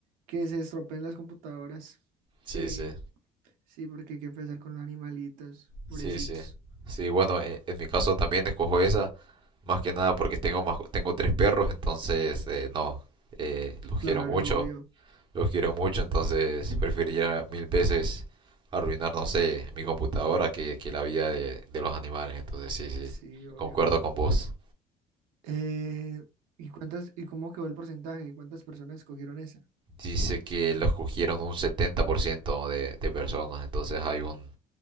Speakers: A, on the right; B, on the right.
A: Que se estropeen las computadoras.
B: Sí,
A: Sí,
B: sí,
A: sí, porque hay que empezar con los animalitos, pobrecitos.
B: sí, sí. Sí, bueno, e- en mi caso también escojo esa, más que nada porque tengo más, tengo tres perros, entonces eh, no, eh, los
A: Claro,
B: quiero mucho,
A: obvio.
B: los quiero mucho, entonces preferiría mil veces arruinar, no sé, mi computadora que, que la vida de, de los animales, entonces sí, sí,
A: Sí, obvio.
B: concuerdo con vos.
A: Eh, ¿y cuántas, y cómo quedó el porcentaje? ¿Cuántas personas escogieron esa?
B: Dice que los cogieron un 70% de, de personas, entonces hay un...